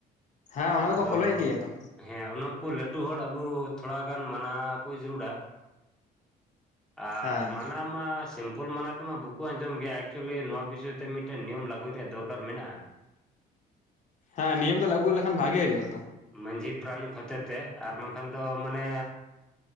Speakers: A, on the left; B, in the centre.
A: ᱦᱮᱸ ᱚᱱᱟ
B: ᱟᱫᱚ
A: ᱫᱚᱠᱚ ᱯᱷᱳᱞᱳᱭᱮᱫ ᱜᱮᱭᱟ ᱛᱚ
B: ᱦᱮᱸ ᱚᱱᱟᱠᱩ ᱞᱟᱹᱴᱩ ᱦᱚᱲ ᱟᱵᱩ ᱛᱷᱚᱲᱟᱜᱟᱱ ᱢᱟᱱᱟᱼᱼ ᱨᱩᱰᱟ ᱟᱨ
A: ᱦᱮᱸ
B: ᱢᱟᱱᱟ ᱢᱟ ᱥᱤᱢᱯᱚᱞ ᱢᱟᱱᱟ ᱛᱮᱢᱟ ᱵᱟᱠᱚ ᱟᱸᱡᱚᱢ ᱜᱮᱭᱟ ᱮᱠᱪᱩᱭᱮᱞᱤ ᱱᱚᱣᱟ ᱵᱤᱥᱚᱭ ᱛᱮ ᱢᱤᱫᱴᱮᱱ ᱱᱤᱭᱚᱢ ᱞᱟᱹᱜᱩᱭ ᱨᱮᱭᱟᱜ ᱫᱚᱨᱠᱟᱨ ᱢᱮᱱᱟᱜᱼᱟ
A: ᱦᱮᱸ ᱱᱤᱭᱚᱢ ᱫᱚ ᱞᱟᱹᱜᱩᱭ ᱞᱮᱠᱷᱟᱱ ᱵᱷᱟᱜᱮ ᱦᱩᱭᱩᱜᱼᱟ ᱛᱚ
B: ᱢᱟᱺᱡᱷᱤ ᱯᱟᱨᱟᱱᱤᱠ ᱦᱚᱛᱮ ᱛᱮ ᱟᱨ ᱵᱟᱝᱠᱷᱟᱱ ᱫᱚ ᱢᱟᱱᱮ